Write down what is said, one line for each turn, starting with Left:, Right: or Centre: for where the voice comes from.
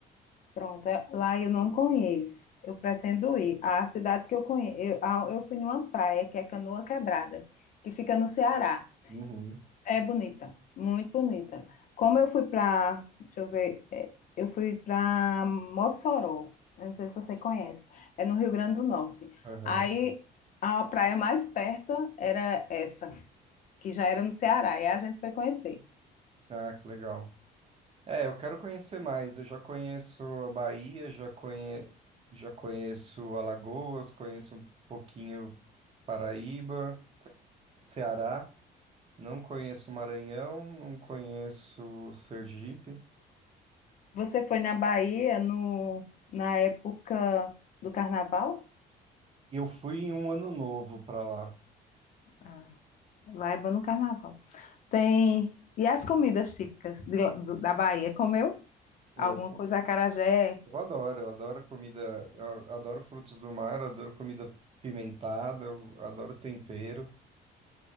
Left: Pronto, é- lá eu não conheço. Eu pretendo ir. A cidade que eu conheço, eu, a- eu fui numa praia que é Canoa Quebrada, que fica no Ceará.
Right: Uhum.
Left: É bonita, muito bonita. Como eu fui para, deixa eu ver, é, eu fui para Mossoró. Eu não sei se você conhece. É no Rio Grande do Norte.
Right: Aham.
Left: Aí a praia mais perto era essa, que já era no Ceará, e a gente foi conhecer.
Right: Ah, que legal. É, eu quero conhecer mais. Eu já conheço a Bahia, já conhe... já conheço Alagoas, conheço um pouquinho Paraíba, Ceará. Não conheço Maranhão, não conheço Sergipe.
Left: Você foi na Bahia no, na época do carnaval?
Right: Eu fui em um ano novo pra lá.
Left: Ah, Vaiba no carnaval. Tem. E as comidas típicas de do- da Bahia? Comeu
Right: Eu
Left: alguma coisa? Acarajé.
Right: Eu adoro, eu adoro comida, eu a- adoro frutos do mar, eu adoro comida pimentada, eu adoro tempero.